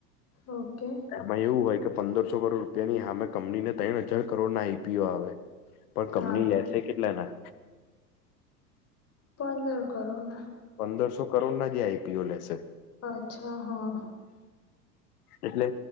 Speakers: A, on the left; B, on the left.
A: ઓકે
B: આમાં એવું હોય કે પંદરસો કરોડ રૂપિયા ની હમે કંપનીને ત્રણ હજાર કરોડ ના આઈપીઓ આવે પણ
A: હા
B: કંપની
A: હા
B: લેશે કેટલાના
A: પંદર કરોડ ના
B: પંદરસો કરોડના જે આઈપીઓ લેશે
A: અચ્છા હા
B: એટલે